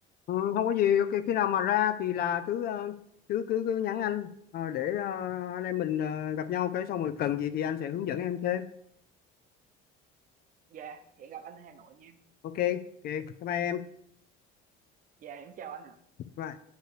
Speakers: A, on the left; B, on the right.
A: Ừ, không có gì ok khi nào mà ra thì là cứ ờ, cứ cứ, cứ nhắn anh ờ, để ờ, anh em mình ờ, gặp nhau cái xong rồi cần gì thì anh sẽ hướng dẫn em thêm
B: Dạ, hẹn gặp anh ở Hà Nội nha.
A: ok ok bye bye em
B: Dạ, em chào anh ạ.
A: Bye.